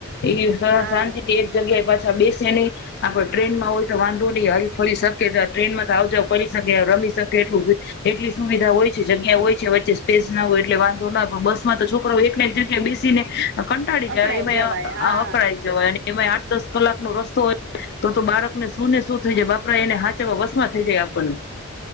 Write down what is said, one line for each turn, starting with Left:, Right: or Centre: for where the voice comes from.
Left: એ
Right: હા
Left: શાંતિ થી એક જગ્યાએ. પાછા બેસે નહી આપડ ટ્રેનમાં હોય તો વાંધો નહી હરી ફરી શકે તો ટ્રેનમાં તો આવજાવ કરી શકે રમી શકે એટલું. એટલી સુવિધા હોય છે જગ્યા હોય છે વચ્ચે સ્પેસ ના હોય એટલે વાંધો લાવ પણ બસમાં તો છોકરારો એક એક જગ્યા બેસી ને. કંટાળી
Right: અકળાઈ
Left: જાય એમાં
Right: જવાય હા
Left: વકરાઈ જવાઈ. એમાં આઠ દસ કલાકનો રસ્તો હોય, તો તો બાળકને શું ને શું થઈ જાય બાપરા એને હાચવા વસમાં થઈ જાય આપણને.